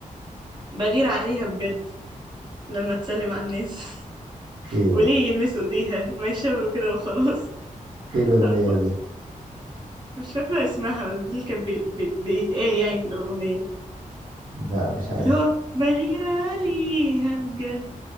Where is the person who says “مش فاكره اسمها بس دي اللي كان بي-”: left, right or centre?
Right